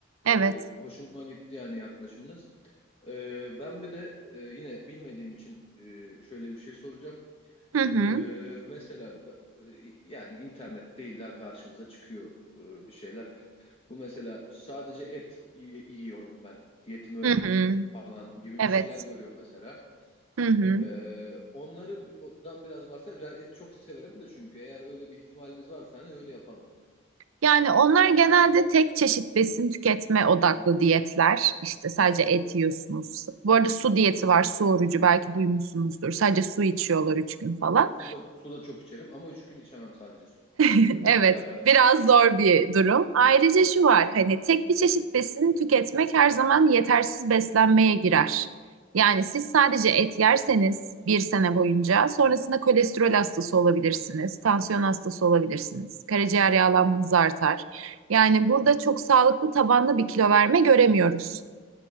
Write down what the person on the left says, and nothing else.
Ee, hoşuma gitti yani yaklaşımınız. Ee, ben bir de e, yine bilmediğim için e, şöyle bir şey soracağım.
Ee, mesela e, yani internet değil illa karşımıza çıkıyor e, bir şeyler. Bu mesela sadece et y- yiyorum ben. Diyetim öyle
falan gibi
bir şeyler görüyorum mesela.
Ee, onları biraz bahsedelim. Ben et çok severim de çünkü eğer öyle bir ihtimalimiz varsa hani öyle yapalım.
Su da, su da çok içerim ama üç gün içemem sadece su.
<laughs>